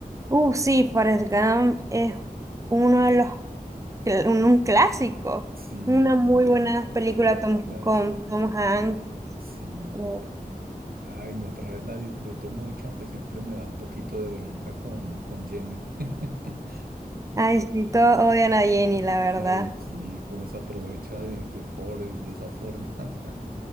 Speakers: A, on the right; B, on the right.
A: Uh, sí, Forrest Gump es uno de los, cl- un, un clásico.
B: Sí,
A: Una muy
B: es un
A: buena
B: total
A: película Tom-
B: clásico.
A: con Tom Hanks.
B: Sí.
A: Eh,
B: Ay, no, otra vez la disfruto mucho, aunque siempre me da un poquito de bronca con, con Jenny. <laughs>
A: Ay, sí, todos odian a Jenny, la
B: Ay,
A: verdad.
B: sí, cómo se aprovecha de, de Forrest de esa forma. <laughs>